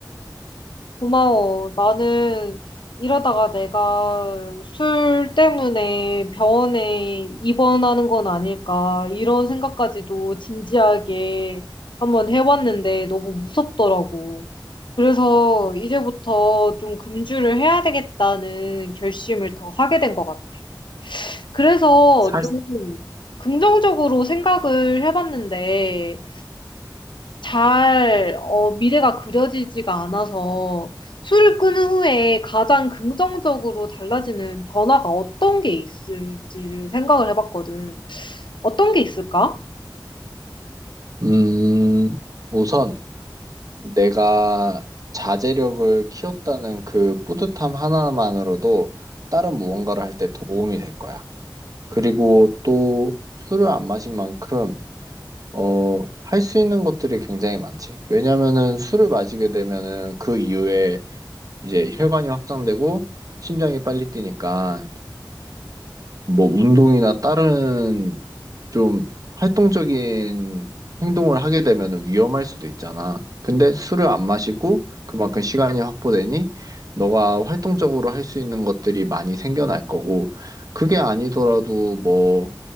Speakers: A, on the left; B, on the right.
A: 고마워. 나는 이러다가 내가 술 때문에 병원에 입원하는 건 아닐까. 이런 생각까지도 진지하게 한번 해봤는데 너무 무섭더라고. 그래서 이제부터 좀 금주를 해야 되겠다는 결심을 더 하게 된 것 같아. 그래서
B: 사-
A: 좀 긍정적으로 생각을 해봤는데, 잘, 어, 미래가 그려지지가 않아서 술을 끊은 후에 가장 긍정적으로 달라지는 변화가 어떤 게 있을지를 생각을 해봤거든. 어떤 게 있을까?
B: 음, 우선 내가 자제력을 키웠다는 그 뿌듯함 하나만으로도 다른 무언가를 할 때 도움이 될 거야. 그리고 또 술을 안 마신 만큼 어, 할 수 있는 것들이 굉장히 많지. 왜냐면은 술을 마시게 되면은 그 이후에 이제 혈관이 확장되고 심장이 빨리 뛰니까 뭐 운동이나 다른 좀 활동적인 행동을 하게 되면은 위험할 수도 있잖아. 근데 술을 안 마시고 그만큼 시간이 확보되니 너가 활동적으로 할 수 있는 것들이 많이 생겨날 거고 그게 아니더라도 뭐